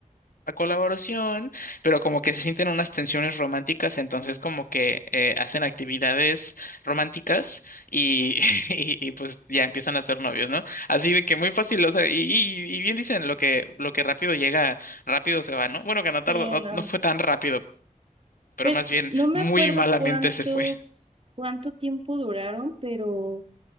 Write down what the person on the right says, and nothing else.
Sí,
no.
Pues
no me
acuerdo
cuántos,
cuánto tiempo duraron, pero